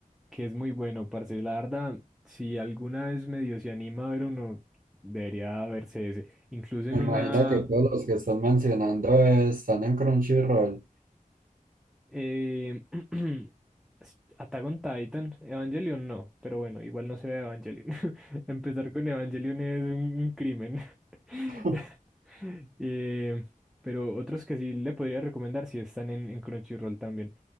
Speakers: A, in the centre; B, on the right.
A: que es muy bueno, parce. La verdad, si alguna vez medio se anima a ver uno, debería verse ese. Incluso en
B: Me imagino
A: una...
B: que todos los que están mencionando están en Crunchyroll.
A: Eh, <clears throat> s- Attack on Titan, Evangelion no, pero bueno, igual no se ve Evangelion. <laughs> Empezar con Evangelion es un, un crimen. <laughs>
B: <laughs>
A: Eh, pero otros que sí le podría recomendar, si están en, en Crunchyroll también.